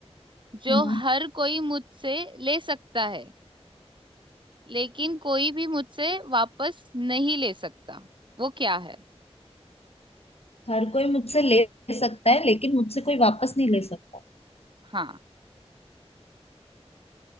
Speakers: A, on the right; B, on the left.
A: जो
B: हम्म
A: हर कोई मुझसे ले सकता है लेकिन कोई भी मुझसे वापस नहीं ले सकता वो क्या है
B: हर कोई मुझसे ले सकता है लेकिन मुझसे कोई वापस नहीं ले सकता
A: हाँ